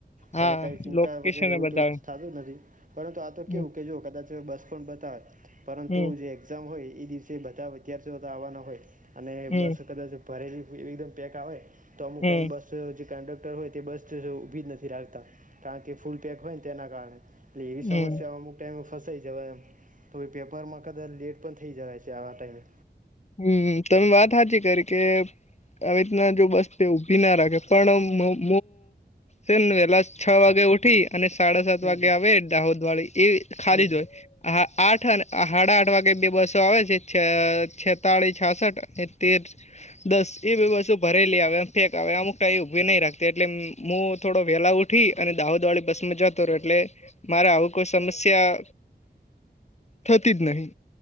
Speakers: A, on the right; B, on the left.
A: પેલે
B: હા
A: કઈ ચિંતા
B: લોકેશન
A: વગેરે એવું
B: એ બતાવે
A: તો થતું જ નથી પરંતુ આ તો
B: હમ
A: કેવું કે જો કદાચ બસ પણ બતા પરંતુ
B: હમ
A: જે એક્ઝામ હોય એ દિવસે બધા વિદ્યાર્થીઓ તો આવવાના હોય અને
B: હમ
A: બસ કદાચ ભરેલી એકદમ પેંક આવે તો અમુક
B: હમ
A: ટાઈમ બસ બ જે કંડક્ટર હોય તે બસ ઊભી જ નથી રાખતા કારણ કે ફૂલ પેક હોય ને તેના કારણે એટલે એવી સમસ્યાઓ
B: હમ
A: અમુક ટાઈમે ફસાઈ જવા એમ તો ઈ પેપરમાં કદાચ લેટ ઓપન થઈ જવાય છે આવા ટાઈમે.
B: હમ તમે વાત હાજી કરી કે. આવી રીતના જો બસ તે ઊભી ના રાખે પણ હું સેમને વેલા છ વાગે ઉઠી અને સાડા સાત
A: હમ
B: વાગે આવે દાહોદ વાળી એ ખાલીજ
A: હમ
B: હોય. હા આઠ સાડા આઠ વાગે બે બસો આવે છ છે. તાળી છાસઠ અને તેર દસ એ બી વસ્તુ ભરેલી આવેમ પેક આવે અમુક ટાઈમ એ ઉભી નહી રાખતી એટલે હું થોડો વેલા ઉઠી અને દાહોદ વાળી બસ માં જતો ર એટલે મારે આવું કોઈ સમસ્યા થતી જ નહી.